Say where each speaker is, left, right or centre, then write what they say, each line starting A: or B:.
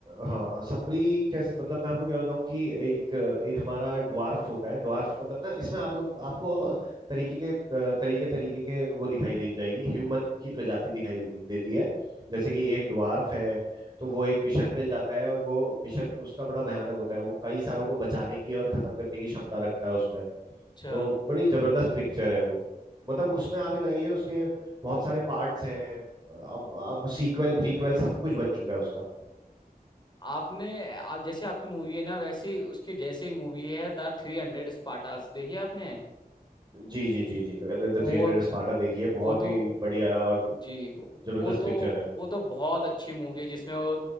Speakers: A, on the right; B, on the left.
A: हाँ समरी कैसे मतलब मैं आपको क्या बताऊं कि एक एक हमारा ड्वार्फ होता है ड्वार्फ मतलब ना इसमें आप लोग आपको तरीके के तरीके तरीके के वो दिखाई दे जाएगी ह्यूमन की प्रजाति दिखाई दे- देती है जैसे कि एक ड्वार्फ है तो वो एक मिशन पे जाता है और वो मिशन उसका बड़ा भयानक होता है वो कई सारों को बचाने की और खत्म करने की क्षमता रखता है उसमें
B: अच्छा
A: तो बड़ी जबरदस्त पिक्चर है वो मतलब उसमें आप ये लगाइए उसके बहुत सारे पार्ट्स हैं अब अब सीक्वल प्रीक्वल सब कुछ बन चुका है उसका
B: आपने आप जैसे आपकी मूवी है ना वैसे उसके जैसे एक मूवी है द थ्री हंड्रेड स्पार्टास देखिए आपने
A: जी जी जी जी मैंने द
B: वो
A: थ्री हंड्रेड स्पार्टा देखी है बहुत
B: वो तो
A: ही बढ़िया और
B: जी
A: जबरदस्त
B: वो तो
A: पिक्चर है
B: वो तो बहुत अच्छी मूवी है जिसमें वो